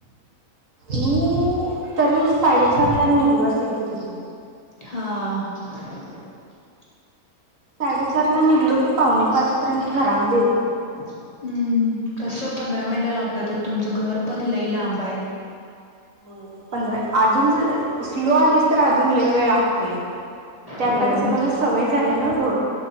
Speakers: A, on the right; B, on the left.
A: अम्म. तरी साडेचारला निघलो असेल कि तिथून.
B: हा <inaudible>
A: साडेचारला निघलो की पावणेपाचपर्यंत घरामध्ये येतोय
B: हम्म तस पंधरा मिनिटं लागत्यातच तुमचं घर पण लई लांब आहे
A: होय पंधरा अजून स्लो आलीस तर अजून लय वेळ लागतोय ते आता
B: होय
A: कस मला सवय झाल्या नव